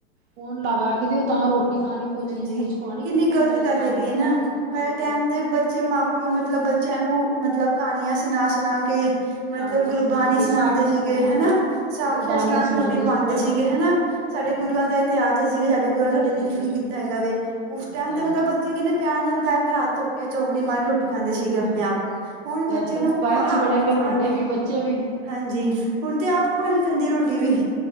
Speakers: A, on the right (about 85°); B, on the right (about 50°).
A: ਫੋਨ ਲਗਾ ਕੇ ਦੇ, ਤਾਂ ਰੋਟੀ ਖਾਣੀ ਕੋਈ ਚੀਜ਼
B: ਹਾਂਜੀ
A: ਮੂੰਹ ਚ ਪਾਣੀ
B: ਕਿੰਨੀ
A: ਕੋਈ ਫੋਨ
B: ਗਲਤ
A: ਪਹਿਲੇ
B: ਗੱਲ
A: ਚਲਾ
B: ਹੈਗੀ
A: ਕੇ ਦਿਓ
B: ਹੈ ਨਾ,
A: ਤਾਂ ਰੋਟੀ ਖਾਣਗੇ
B: ਪਹਿਲੇ ਟੈਮ ਤੇ ਬੱਚੇ ਮਾਂਪ ਤੇ ਮਤਲਬ ਬੱਚਿਆਂ ਨੂੰ, ਮਤਲਬ ਕਹਾਣੀਆਂ ਸੁਨਾ- ਸੁਨਾ ਕੇ ਮਤਲਬ
A: ਕਹਾਣੀਆਂ
B: ਗੁਰਬਾਣੀ
A: ਸੁਣਾ ਕੇ,
B: ਸੁਣਾਉਂਦੇ
A: ਸਾਖੀਆਂ
B: ਸੀਗੇ
A: ਸੁਣਾ
B: ਹਨਾ,
A: ਕੇ
B: ਸਾਖੀਆਂ
A: ਗੁਰਬਾਣੀਆਂ
B: ਸੁਣਾ ਕੇ
A: ਸੁਣਾਉਂਦੇ
B: ਰੋਟੀ ਖਵਾਉਂਦੇ
A: ਸੀ ਪਹਿਲੇ,
B: ਸੀਗੇ ਹਨਾ ਸਾਡੇ
A: ਹਾਂ
B: ਗੁਰੂਆਂ ਦਾ ਇਤਿਹਾਸ ਦੇ ਸੀ ਸਾਡੇ ਗੁਰੂਆਂ ਨੇ ਸਾਡੇ ਲਈ ਕੀਤਾ
A: ਦ ਸੀ
B: ਹੈਗਾ ਵੇ,
A: ਕੀ
B: ਉਸ
A: ਪਤਾ
B: ਟਾਈਮ ਤੇ
A: ਹੈ
B: ਮਤਲਬ ਬੱਚੇ ਕਹਿੰਦੇ ਪਿਆਰ ਨਾਲ ਬਹਿ ਕੇ ਹੱਥ‌ ਧੋ ਕੇ ਚੋਕੜੀ ਮਾਰ ਕੇ ਰੋਟੀ ਖਾਂਦੇ ਸੀਗੇ ਆਪਣੇ
A: ਹਾਂ,
B: ਆਪ, ਹੁਣ
A: ਤੇ
B: ਬੱਚੇ
A: ਅੱਜ ਕੱਲ੍ਹ
B: ਨੂੰ
A: ਮੋਬਾਇਲ
B: ਕਹਾ
A: ਚ ਬੜੇ
B: ਹਾ
A: ਪਏ ਨੇ ਵੱਡੇ ਵੀ, ਬੱਚੇ ਵੀ
B: ਹਾਂਜੀ ਹੁਣ ਤੇ ਆਪ ਖਵਾਉਣੀ ਪੈਂਦੀ ਐ ਰੋਟੀ ਵੀ